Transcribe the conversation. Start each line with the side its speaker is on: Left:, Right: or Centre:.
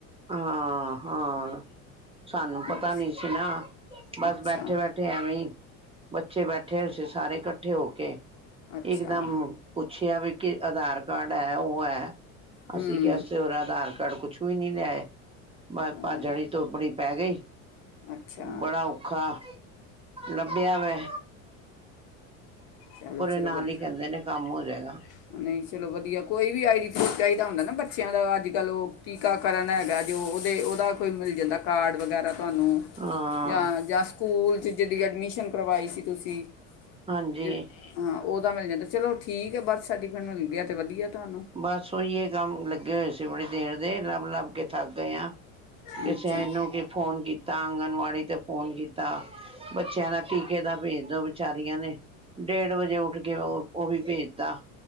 Right: ਹਾਂ ਹਾਂ। ਸਾਨੂੰ ਪਤਾ
Left: ਹਾਂਜੀ
Right: ਨੀ ਸੀ ਨਾ ਬਸ
Left: ਅੱਛਾ
Right: ਬੈਠੇ ਬੈਠੇ ਐਵੇਂ ਈ ਬੱਚੇ ਬੈਠੇ ਹੋਏ ਸੀ ਸਾਰੇ ਇਕੱਠੇ ਹੋ ਕੇ।
Left: ਅੱਛਾ
Right: ਇੱਕਦਮ ਪੁੱਛਿਆ ਵੀ ਕਿ ਆਧਾਰ ਕਾਰਡ ਹੈ ਉਹ ਹੈ
Left: ਹੂੰ
Right: ਅਸੀਂ ਕਿਆ ਅਸੀ ਹੋਰ ਆਧਾਰ ਕਾਰਡ ਕੁਛ ਕੋਈ ਨੀ ਲੇ ਬਸ
Left: ਹਾਂ
Right: ਭਾਜੜ ਚ ਧੁੱਪੜੀ ਪੈ ਗਈ
Left: ਅੱਛਾ
Right: ਬੜਾ ਔਖਾ ਲੱਭਿਆ ਵੇ
Left: ਚੱਲੋ ਚੱਲੋ
Right: ਨਾਲ
Left: ਵਧ ਨਹੀ
Right: ਹੀ
Left: ਚਲੋ
Right: ਕਹਿੰਦੇ ਨੇ ਕੰਮ ਹੋ ਜਾਏਗਾ
Left: ਵਧੀਆ ਨਹੀਂ ਚਲੋ ਵਧੀਆ ਕੋਈ ਵੀ ਆਈ ਡੀ ਪਰੂਫ ਚਾਹੀਦਾ ਹੁੰਦਾ ਨਾ ਬੱ ਬੱਚਿਆਂ ਦਾ ਅੱਜ ਕੱਲ੍ਹ ਉਹ ਟੀਕਾਕਰਨ ਹੈਗਾ ਜੋ ਉਹਦੇ ਉਹ ਦਾ ਕੋਈ ਮਿਲ ਜਾਂਦਾ ਕਾਰਡ ਵਗੈਰਾ। ਤੁਹਾਨੂੰ
Right: ਹਾਂ
Left: ਜਾਂ ਜਾਂਸ ਸਕੂਲ ਚ ਜਿਹੜੀ ਐਡਮਿਸ਼ਨ ਕਰਵਾਈ ਸੀ ਤੁਸੀ <unintelligible> <unintelligible>
Right: ਹਾਂਜੀ
Left: ਉਹਦਾ ਮਿਲ ਜਾਂਦਾ ਚਲੋ ਠੀਕ ਹੈ ਬਥ ਸਰਟੀਫਿਕੇਟ ਮਿਲ ਗਿਆ ਤੇ ਵਧੀਆ। ਤੁਹਾਨੂੰ
Right: ਬਸ ਉਹੀਏ ਕੰਮ ਲੱਗੇ ਹੋਏ ਸੀ ਬੜੀ ਦੇਰ ਦੇ ਲੱਭ-ਲੱਭ ਕੇ ਥੱਕ ਗਏ ਆ
Left: ਠੀਕ
Right: ਕਿਸੇਨੂੰ
Left: ਚਲੋ
Right: ਕਿ ਫੋਨ ਕੀਤਾ ਆਂਗਣਵਾ <unintelligible> ਫੋਨ ਕੀਤਾ ਬੱਚਿਆਂ ਦਾ ਟੀਕੇ ਦਾ ਭੇਜ ਦੋ ਵਿਚਾਰੀਆਂ ਨੇ ਡੇਢ ਵਜੇ ਉੱਠ ਕੇ ਉਹ, ਉਹ ਵੀ ਭੇਜਤਾ